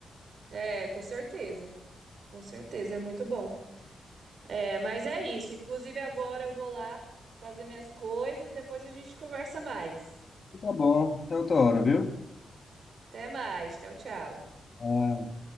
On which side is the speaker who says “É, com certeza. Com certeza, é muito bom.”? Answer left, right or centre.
Right